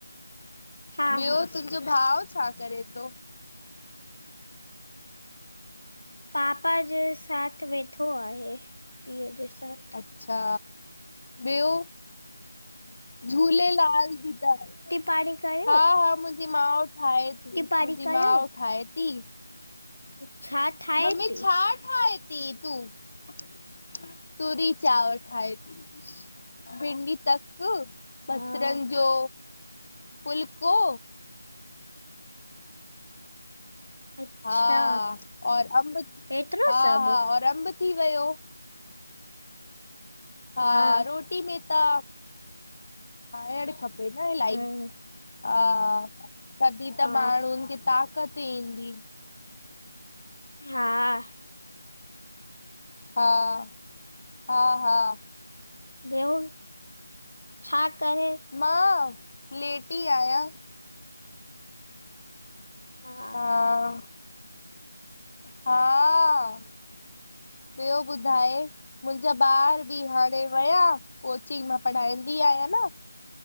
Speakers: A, on the left; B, on the left.
A: हा
B: ॿियो
A: हा
B: तुंहजो भाउ छा करे थो?
A: पापा जे साथ वेठो आहे पीउ जे साथ।
B: अच्छा ॿियो झूलेलाल बी त
A: पाण करे
B: हां-हां, मुंहिंजी माँ ठाहे थी, मुंहिंजी
A: पाणी कयो
B: माँ ठाहे थी।
A: छा? ठाहे
B: मम्मी
A: थी
B: छा? ठाहे थी तूं? तूरी चाव ठहे थी। भिंडी तक, बसरनि
A: हा
B: जो फुल्को।
A: अच्छा
B: हां, और अमब,
A: एतिरो
B: हां-हां,
A: सभु
B: और अमब थी वियो। हां,
A: हा
B: रोटी में त, खाइणु खपे न इलाही।
A: हम्म,
B: हां, तॾहिं त
A: हा
B: माण्हुनि खे ताक़त ईंदी।
A: हां।
B: हां, हां-हां।
A: बियो? छा करे?
B: मां लेट ई आहियां।
A: हा
B: हां, हां। ॿियो ॿुधाए? मुंहिंजा ॿार हाणे वया। कोचिंग मां पढ़ाईंदी आहियां न।